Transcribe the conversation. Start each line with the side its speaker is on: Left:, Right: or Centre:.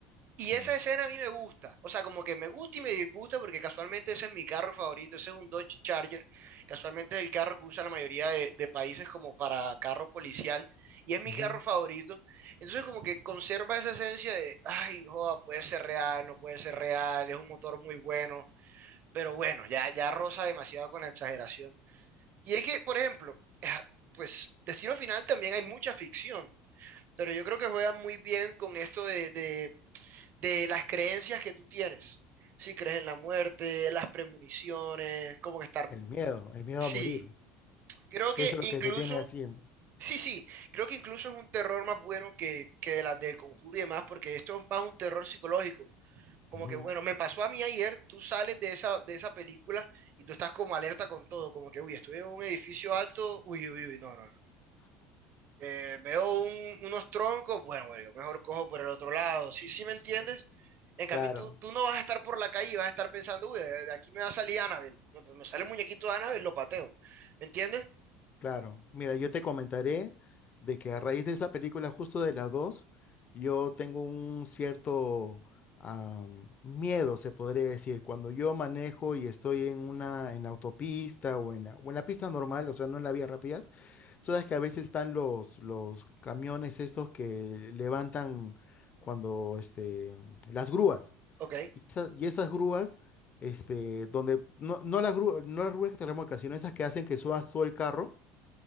Right: Y
Left: Sí.
Right: esa escena a mí me gusta, o sea, como que me gusta y me disgusta porque casualmente ese es mi carro favorito, ese es un Dodge Charger, casualmente es el carro que usa la mayoría de, de países como para carro policial y es mi
Left: Ujú.
Right: carro favorito. Entonces como que conserva esa esencia de, ay, joda, puede ser real, no puede ser real, es un motor muy bueno, pero bueno, ya, ya roza demasiado con la exageración. Y es que, por ejemplo, <laughs> pues Destino Final también hay mucha ficción, pero yo creo que juegan muy bien con esto de de de las creencias que tú tienes. Si crees en la muerte, las premoniciones, como que estar...
Left: El miedo, el miedo
Right: Sí,
Left: a morir.
Right: creo que
Left: Eso es
Right: incluso...
Left: lo que te tiene así. en-
Right: Sí, sí, creo que incluso es un terror más bueno que, que de las del conjuro y demás, porque esto es más un terror psicológico. Como
Left: Ujú.
Right: que, bueno, me pasó a mí ayer, tú sales de esa, de esa película y tú estás como alerta con todo, como que, uy, estoy en un edificio alto, uy, uy, uy, no, no, no. eh, veo un- unos troncos, bueno, bueno, yo mejor cojo por el otro lado, ¿sí, sí me entiendes? En cambio,
Left: Claro.
Right: tú, tú no vas a estar por la calle y vas a estar pensando, uy, de de aquí me va a salir Annabelle. Me me sale el muñequito de Annabelle, lo pateo. ¿Me entiendes?
Left: Claro, mira, yo te comentaré de que a raíz de esa película, justo de las dos, yo tengo un cierto am, miedo, se podría decir, cuando yo manejo y estoy en una en la autopista o en la, o en la pista normal, o sea, no en la vía rápidas, sabes que a veces están los los camiones estos que levantan cuando este las grúas
Right: Ok,
Left: y esas, y esas grúas este donde no no las grúas no las grúas que te remolcan, sino esas que hacen que subas todo el carro